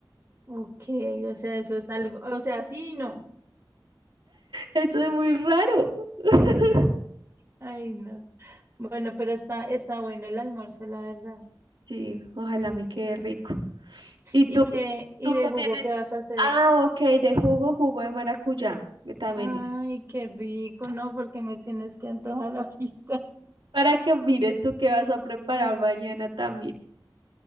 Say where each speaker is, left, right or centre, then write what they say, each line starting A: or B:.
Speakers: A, on the right; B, on the right.
A: ok, o sea, eso es algo, o sea, sí y no.
B: Eso es muy raro. <laughs>
A: Ay, no. Bueno, pero está, está bueno el almuerzo, la verdad.
B: Sí, ojalá me quede rico. ¿Y
A: ¿Y
B: tú,
A: qué, y
B: tú
A: de
B: qué
A: jugo
B: tienes?
A: qué vas a hacer?
B: Ah, ok, de jugo, jugo de maracuyá, que también
A: Ay,
B: es.
A: qué rico, no, porque me tienes que antojar <laughs> ahorita.
B: Para que mires tú qué vas a preparar mañana también.